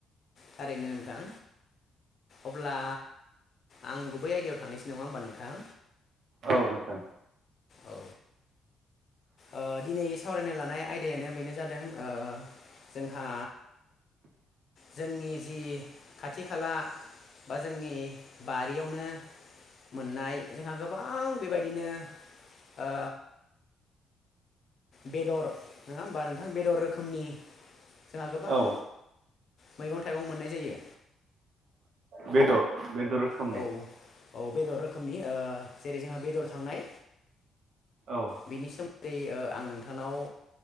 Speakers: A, on the left; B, on the right.
A: थारैनो नोंथां। अब्ला आं गुबै आयदायाव थांनोसै नङा होमबा नोंथां?
B: औ नोंथां।
A: औ। ओ दिनै सावरायनो लानाय आयदायानो बेनो जादों ओ जोंहा जोंनि जि खाथि खाला बा जोंनि बारियावनो मोननाय जोंहा गोबां बेबायदिनो ओ बेदर नङा होमबा? नोंथां बेदर रोखोमनि जोंहा गोबां
B: औ
A: मैगं थाइगं मोननाय जायो।
B: बेदर बेदर रोखोमनि
A: औ औ बेदर रोखोमनि, ओ जेरै जोंहा बेदर थांनाय।
B: औ
A: बेनि सोमोन दै ओ आं नोंथांनाव